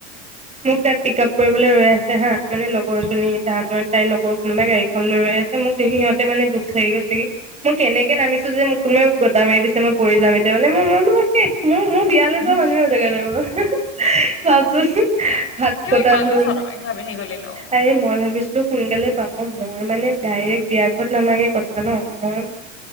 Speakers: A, on the right; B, on the left.
A: মোক তাত পিক আপ কৰিবলৈ ৰৈ আছে হা, মানে লগৰজনী তাহাঁতৰ তাইৰ লগৰ কোনোবাই গাড়ীখন লৈ ৰৈ আছে, মোক দেখি সিহঁতে মানে দুখ লাগি গৈছে হি মই কেনেকে নামিছো যে মোক কোনোবাই গতটা মাৰি দিছে মই পৰি যাম এতিয়া মানে মই - মই বোলো মই শেষ মোৰ, মোৰ বিয়ালৈ
B: উম
A: যোৱা মানুহে মোক এনেকা কৰে। চুৱাচো। হাত
B: কিয়
A: কটা
B: ইমান
A: মোৰ,
B: দূৰ চাদৰ মেখেলা পিন্ধি গলি ন
A: আৰে মই ভাবিছো, - সোনকালে পাব মই মানে ডাইৰেক্ বিয়া ঘৰত নামাগে কথা ন', মই